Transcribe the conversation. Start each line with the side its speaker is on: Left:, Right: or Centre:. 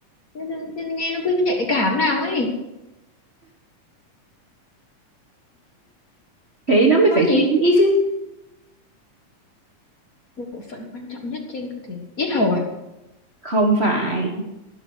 Left: Thế là- thế là nghe nó cứ nhạy cảm nào ấy
Right: Thế nó mới
Left: có
Right: phải
Left: nhỉ
Right: suy nghĩ chứ.
Left: bộ phận quan trọng nhất trên cơ thể yết hầu à
Right: Không phải.